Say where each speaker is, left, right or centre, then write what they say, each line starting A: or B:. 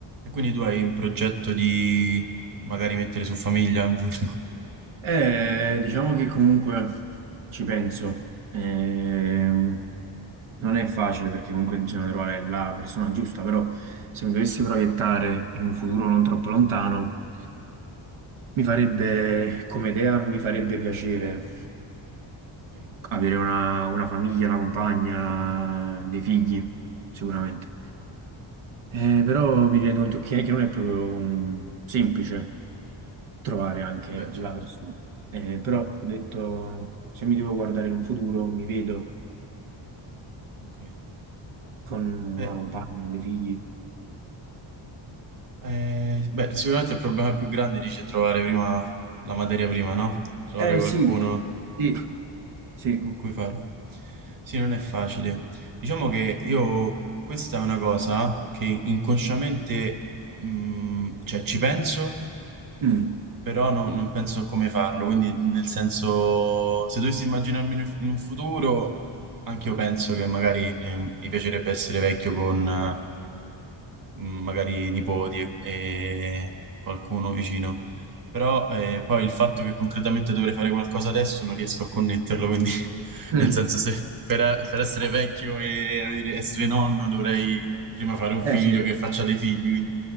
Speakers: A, on the right (about 45°); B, on the right (about 85°).
A: E quindi tu hai un progetto di magari mettere su famiglia un giorno?
B: Eh, diciamo che comunque ci penso. Ehm, non è facile perché comunque bisogna trovare la persona giusta, però se mi dovessi proiettare in un futuro non troppo lontano, mi farebbe, come idea, mi farebbe piacere
A: Ok,
B: avere una, una famiglia, una compagna, dei figli, sicuramente. Eh, però mi rendo conto che che non è proprio mm, semplice trovare anche
A: beh, certo.
B: la persona. Eh, però ho detto, se mi devo guardare in un futuro, mi vedo
A: Ok.
B: con una
A: Eh,
B: compagna, con dei figli.
A: eh, beh, sicuramente il problema più grande dice trovare prima la materia prima, no? Trovare
B: Eh
A: qualcuno
B: sì, sì, sì.
A: con cui farlo. Sì, non è facile. Diciamo che io, questa è una cosa che inconsciamente, mh, cioè ci penso,
B: Mm,
A: però no- non penso a come farlo, quindi nel senso, se dovessi immaginarmi in un in un futuro, anche io penso che magari eh, mi piacerebbe essere vecchio con, mh, magari nipoti e, e qualcuno vicino. Però eh, poi il fatto che concretamente dovrei fare qualcosa adesso non riesco a connetterlo, quindi <laughs>
B: mm.
A: nel senso se per, per essere vecchio e avere- essere nonno dovrei prima fare un
B: Eh
A: figlio
B: sì,
A: che faccia dei figli, quindi